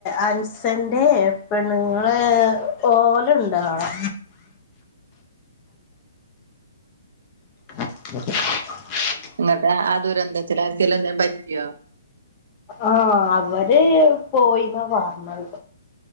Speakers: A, on the left (about 20°); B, on the right (about 65°).
A: അൻസന്റെ പെണ്ണുങ്ങൾ ഓലുണ്ട് അവിടെ !!!
B: എന്നിട്ട് ആ ദുരന്തത്തിൽ ആർക്കെങ്കിലും എന്തെങ്കിലും പറ്റിയോ
A: ആ അവര് പോയിന്ന പറഞ്ഞത്